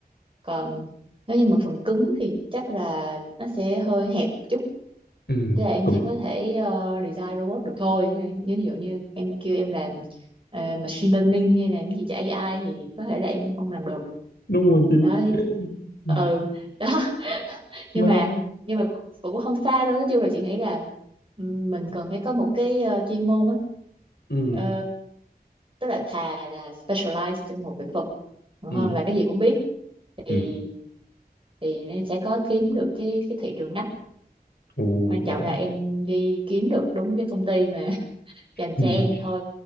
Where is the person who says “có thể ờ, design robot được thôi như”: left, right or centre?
Right